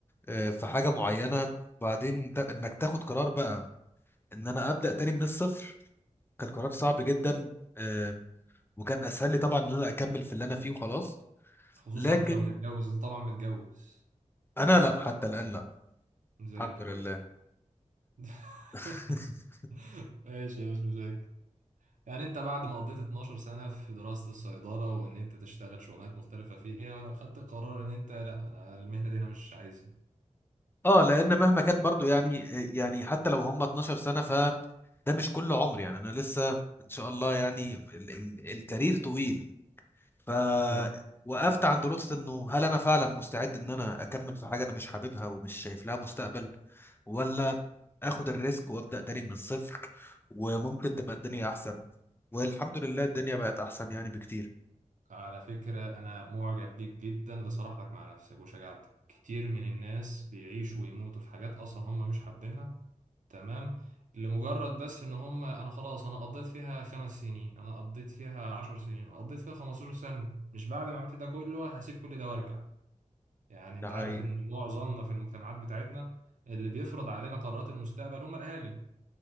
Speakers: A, on the left (about 20°); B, on the right (about 85°).
A: آه، في حاجة معينة وبعدين ت- إنك تاخد قرار بقى إن أنا أبدأ تاني من الصفر كان قرار صعب جدا آم، وكان أسهل لي طبعا إن أنا أكمل في اللي أنا فيه وخلاص
B: خصوصا
A: لكن
B: انت لو متجوز انت طبعا متجوز
A: أنا لا حتى الآن لا
B: زي
A: الحمد
B: الفل
A: لله
B: <laughs>
A: <laughs>
B: ماشي مش مشاكل يعني انت بعد ما قضيت 12 سنة في دراسة الصيدلة وان انت تشتغل شغلانات مختلفة فيها خدت قرار ان انت لا انا المهنة دي انا مش عايزها
A: اه لان مهما كان برضو يعني يعني حتى لو هم 12 سنه فده مش كل عمر يعني انا لسه ان شاء الله يعني ال ال الكارير طويل ف
B: فاهم
A: وقفت
B: فاهم
A: عند نقطه انه هل انا فعلا مستعد ان انا اكمل في حاجه انا مش حاببها ومش شايف لها مستقبل ولا اخد الريسك وابدا تاني من الصفر وممكن تبقى الدنيا احسن والحمد لله الدنيا بقت احسن يعني بكتير
B: على فكرة انا معجب بيك جدا لصراحتك مع نفسك وشجاعتك كتير من الناس بيعيشوا ويموتوا في حاجات اصلا هم مش حابينها تمام لمجرد بس ان هم انا خلاص انا قضيت فيها خمس سنين انا قضيت فيها عشر سنين انا قضيت فيها 15 سنة مش بعد ما عملت ده كله هسيب كل ده وارجع يعني انت
A: ده حقيقي
B: عارف ان معظمنا في المجتمعات بتاعتنا اللي بيفرض علينا قرارات المستقبل هم الاهالي